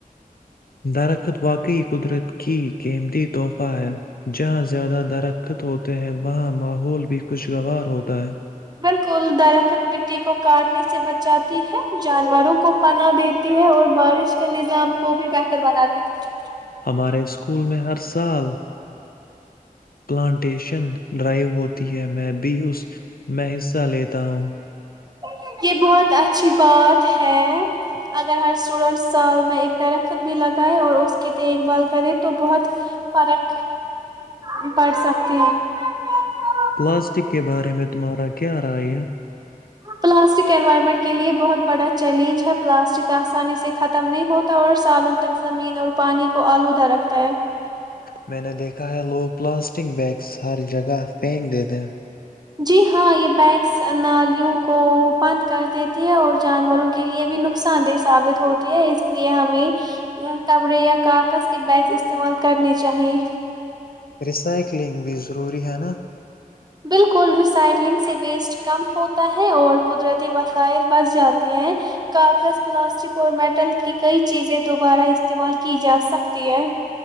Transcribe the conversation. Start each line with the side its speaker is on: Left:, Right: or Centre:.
Left: درخت واقعی قدرت کی قیمتی تحفہ ہے جہاں زیادہ درخت ہوتے ہیں وہاں ماحول بھی خوشگوار ہوتا ہے
Right: بالکل درخت مٹی کو کاٹنے سے بچاتی ہے جانوروں کو پناہ دیتی ہے اور بارش کے نظام کو بھی بہتر بناتے ہیں
Left: ہمارے اسکول میں ہر سال پلانٹیشن ڈرائیو ہوتی ہے میں بھی اس میں حصہ لیتا ہوں
Right: <inaudible>
Left: پلاسٹک کے بارے میں تمہارا کیا رائے ہے؟
Right: پلاسٹک انوائرمنٹ کے لیے بہت بڑا چیلنج ہے پلاسٹک آسانی سے ختم نہیں ہوتا اور سالوں تک زمین اور پانی کو آلودہ رکھتا ہے
Left: میں نے دیکھا ہے لوگ پلاسٹک بیگس ہر جگہ پھینک دے دیں
Right: جی ہاں یہ بیگس نالیوں کو بند کر دیتی ہے اور جانوروں کے لیے بھی نقصان دہ ثابت ہوتی ہے اس لیے ہمیں کپڑے یا کاغذ کے بیگس استعمال کرنے چاہیے
Left: ریسائکلنگ بھی ضروری ہے نا
Right: بالکل ریسائکلنگ سے ویسٹ کم ہوتا ہے اور قدرتی وسائل بچ جاتے ہیں کاغذ پلاسٹک اور میٹل کی کئی چیزیں دوبارہ استعمال کی جاسکتی ہیں